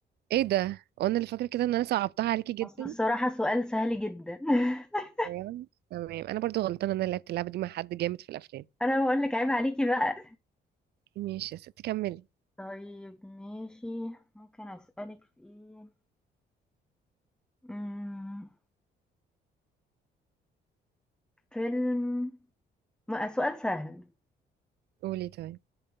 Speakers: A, on the right; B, in the centre.
A: ايه ده وانا اللي فاكرة كده ان انا صعبتها عليكي جدا
B: أصل الصراحة سؤال سهل جدًا. <laughs>
A: تمام تمام انا برضو غلطانة ان انا لعبت اللعبة دي مع حد جامد في الافلام
B: أنا باقول لِك عيب عليكِ بقى.
A: ماشي يا ستي كملي
B: طيب ماشي، ممكن أسألِك في إيه؟ إمم، فيلم م سؤال سهل،
A: قولي طيب